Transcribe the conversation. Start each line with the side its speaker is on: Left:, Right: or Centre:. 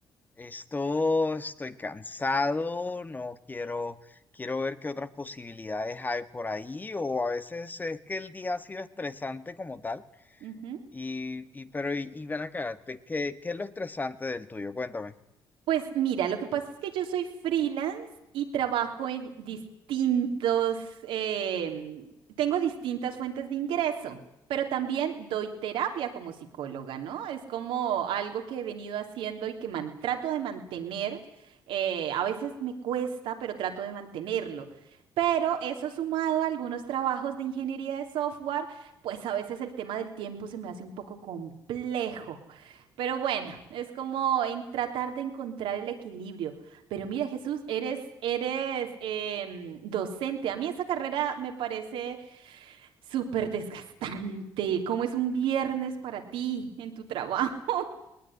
Left: esto estoy cansado, no quiero, quiero ver qué otras posibilidades hay por ahí, o a veces es que el día ha sido estresante como tal,
Right: Ujú.
Left: y, y pero, y, y ven acá, te- ¿qué, qué es lo estresante del tuyo? Cuéntame.
Right: Pues mira, lo que pasa es que yo soy freelance y trabajo en distintos, em, tengo distintas fuentes de ingreso, pero también doy terapia como psicóloga, ¿no? Es como algo que he venido haciendo y que man- trato de mantener. eh, a veces me cuesta, pero trato de mantenerlo. Pero eso sumado a algunos trabajos de ingeniería de software, pues a veces el tema del tiempo se me hace un poco complejo. Pero bueno, es como en tratar de encontrar el equilibrio. Pero mira, Jesús, eres, eres em, docente. A mí esa carrera me parece súper desgastante. ¿Cómo es un viernes para ti en tu trabajo?